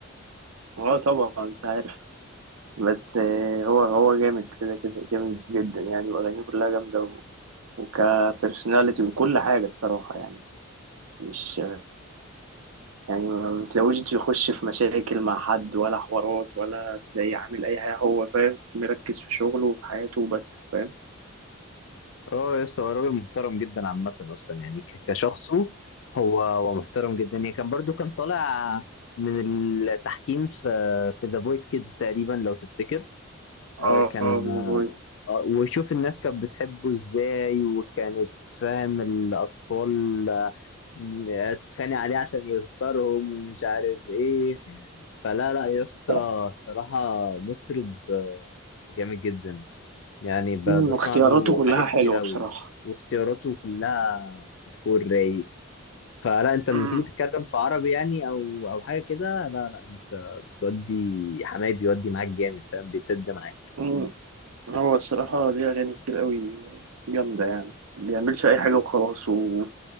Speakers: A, on the right; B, on the left.
A: اه طبعا انت عارف بس آه، هو هو جامد كده كده جامد جدا يعني واغانيه كلها جامده و... وكبرسوناليتي وكل حاجه الصراحه يعني مش يعني ما بتلاقوش يخش في مشاكل مع حد ولا حوارات ولا تلاقيه عامل اي حاجه هو فاهم مركز في شغله وفي حياته بس فاهم
B: اه لسه هو راجل محترم جدا عامة أصلا يعني ك- كشخصه هو هو محترم جدا يعني كان برضو كان طالع من التحكيم في في ذا فويس كيدز تقريبا لو تفتكر آه،
A: اه
B: كان
A: اه
B: آه،
A: The Voice.
B: آه، وشوف الناس كانت بتحبه ازاي وكانت فاهم الأطفال آه، م- تتخانق عليه عشان يختارهم ومش عارف ايه فلا لا يا اسطى
A: <clears throat>
B: الصراحة مطرب آه، جامد جدا يعني ب-
A: واختياراته
B: بسمع له
A: كلها
B: حاجات
A: حلوه
B: كتير أوي
A: بصراحه
B: واختياراته كلها فوق الرايق فلا انت لما
A: <clears throat>
B: تيجي تتكلم في عربي يعني او او حاجه كده لا لا انت بتودي حماي بيودي معاك جامد فاهم بيسد معاك
A: مم. هو الصراحة ليه أغاني كتير قوي جامدة يعني ما بيعملش أي حاجة وخلاص و...